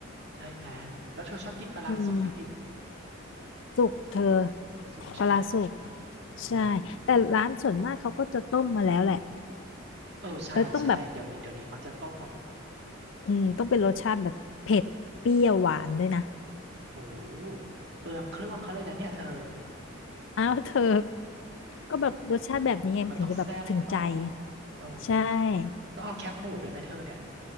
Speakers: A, on the right; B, on the left.
A: ใช่ไหม แล้วเธอชอบกินปลาร้าสุกหรือดิบ
B: อืมสุกเธอ
A: สุกใช่ไหม
B: ปลาร้าสุก
A: เออ
B: ใช่แต่ร้านส่วนมากเขาก็จะต้มมาแล้วแหละ
A: เออใช่ใช่เดี๋ยวนี้เดี๋ยวนี้มักจะต้มหมดแล้ว
B: แล้วต้องแบบอืมต้องเป็นรสชาติแบบเผ็ดเปรี้ยวหวานด้วยนะ
A: โอ้โหเปลืองเครื่องเขาเลยนะเนี่ยเธอ
B: อ้าวเธอก็แบบรสชาติแบบนี้ไงถึงจะแบบถึงใจ
A: โอ้มันต้องแซ่บเนาะเออ
B: ใช่
A: ต้องเอาแคปหมูด้วยไหมเธอเนี่ย